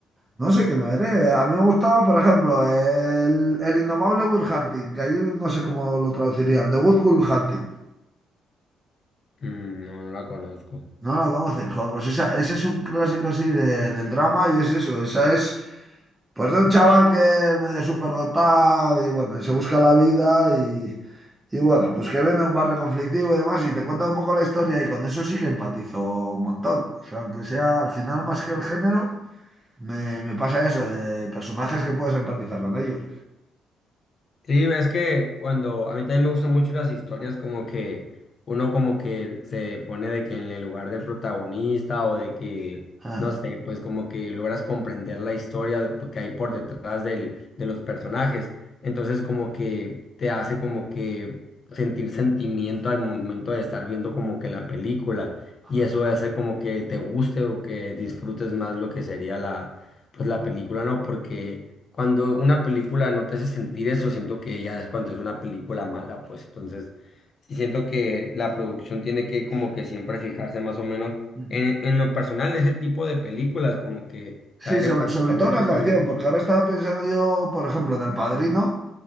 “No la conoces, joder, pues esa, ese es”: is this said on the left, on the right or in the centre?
Right